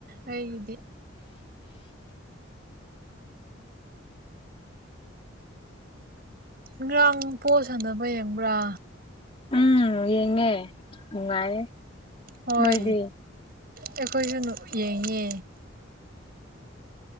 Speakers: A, on the right; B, on the left.
A: ꯑꯩꯒꯤꯗꯤ꯫ ꯉꯔꯥꯡ ꯕꯣꯜ ꯁꯥꯟꯅꯕ ꯌꯦꯡꯕ꯭ꯔꯥ?
B: ꯎꯝ ꯌꯦꯡꯉꯦ ꯅꯨꯡꯉꯥꯏꯌꯦ꯫
A: ꯍꯣꯏ
B: ꯅꯣꯏꯗꯤ
A: ꯑꯩꯈꯣꯏꯁꯨ ꯅꯨ ꯌꯦꯡꯉꯦ꯫